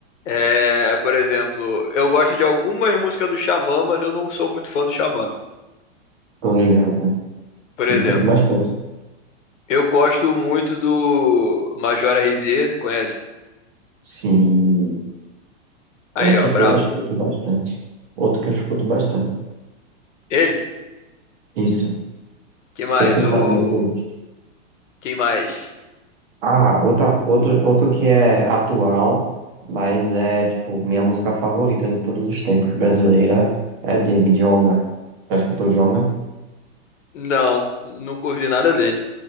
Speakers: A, on the left; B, on the right.
A: É, por exemplo, eu gosto de algumas músicas do Xamã, mas eu não sou muito fã do Xamã.
B: Tô ligado, né?
A: Por
B: Te
A: exemplo,
B: Entendo bastante.
A: eu gosto muito do Major RD, conhece?
B: Sim.
A: Aí,
B: Outra
A: ó, brabo.
B: que eu escuto bastante. Outra que eu escuto bastante.
A: Ele?
B: Isso.
A: Quem
B: Sempre
A: mais? O
B: tá na minha playlist.
A: quem mais?
B: Ah, outra, outro,
A: O...
B: outro que é atual, mas é, tipo, minha música favorita de todos os tempos brasileira é de Djonga. Já escutou Djonga?
A: Não, nunca ouvi nada dele.